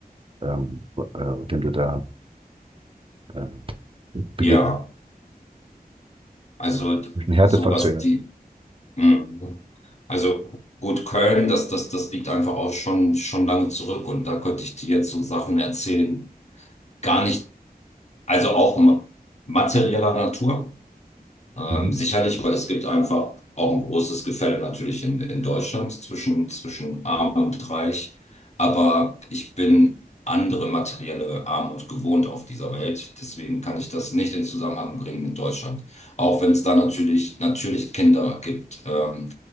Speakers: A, on the right; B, on the left.
A: ähm, äh, dem du da äh, begegnet.
B: ja. Also d-
A: Ein Härtefall
B: sowas,
A: zuerst.
B: die, hm. also gut, Köln, das, das, das liegt einfach auch schon, schon lange zurück und da könnte ich dir jetzt so Sachen erzählen. Gar nicht, also auch ma- materieller Natur. Ähm,
A: Mhm.
B: sicherlich, weil es gibt einfach auch ein großes Gefälle natürlich in, in Deutschland zwischen, zwischen arm und reich. Aber ich bin andere materielle Armut gewohnt auf dieser Welt. Deswegen kann ich das nicht in Zusammenhang bringen mit Deutschland. Auch wenn es da natürlich, natürlich Kinder gibt, ähm,